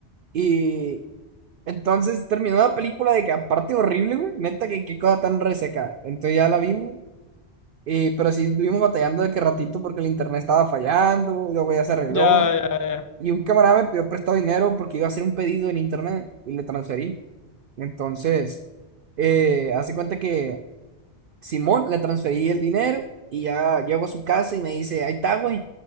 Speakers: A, on the right; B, on the left.
A: Y entonces terminó la película de que aparte horrible, güey. Neta, que qué cosa tan reseca. Entonces ya la vimos. Y, pero sí estuvimos batallando de que ratito porque el internet estaba fallando. Luego ya se arregló.
B: ya, ya, ya.
A: Y un camarada me pidió prestado dinero porque iba a hacer un pedido en internet y le transferí. Entonces, eh, hace cuenta que Simón, le transferí el dinero y ya llego a su casa y me dice, ahí está, güey,